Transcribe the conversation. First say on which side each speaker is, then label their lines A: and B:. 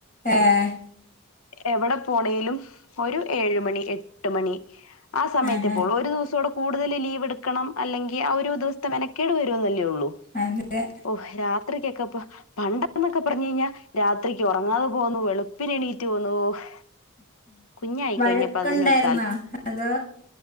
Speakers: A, on the left; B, on the left.
A: ഏഹ്
B: എവടെ പോണേലും ഒരു ഏഴ് മണി എട്ട് മണി ആ സമയത്തിപ്പോൾ
A: ആഹാ.
B: ഒരു ദിവസോടേ കൂടുതൽ ലീവ് എടുക്കണം അല്ലെങ്കിൽ ആ ഒരു ദിവസത്തെ മെന കേട് വരുവൊന്നു യൊള്ളൂ.
A: അതെ.
B: ഓ രാത്രിക്കെക്കെ പ പണ്ട് എന്നൊക്കെ പറഞ്ഞ് കഴിഞ്ഞാ രാത്രിക്ക് ഒറങ്ങാതെ പോവുന്നു വെളുപ്പിന് എണീറ്റ് പോവുന്നു. ഓഹ്. കുഞ്ഞായി
A: വഴക്കുണ്ടായിരുന്നോ?
B: കഴിഞ്ഞപ്പോ അതിനൊരു
A: അതോ,